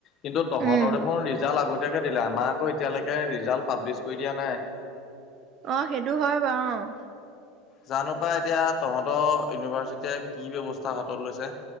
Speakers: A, on the left; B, on the right.
A: কিন্তু তহঁতৰ
B: উম,
A: দেখোন ৰিজাল্ট আগতীয়াকৈ দিলে আমাৰ আকৌ এতিয়ালৈকে ৰিজাল্ট পাব্লিছ কৰি দিয়া নাই।
B: অ', সেইটো হয় বাৰু অ'।
A: জানো পাই এতিয়া তহঁতৰ ইউনিভাৰ্চিটিয়ে কি ব্যৱস্থা হাতত লৈছে।